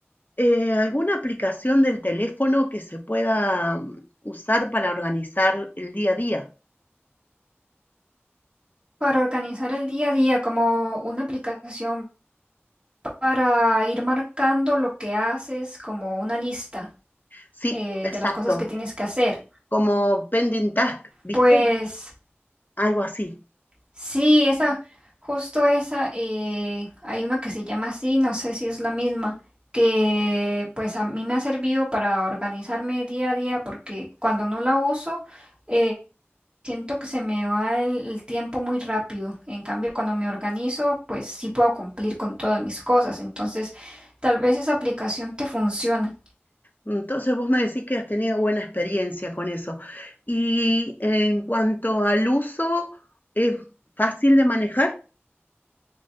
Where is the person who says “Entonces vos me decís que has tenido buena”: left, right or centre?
Left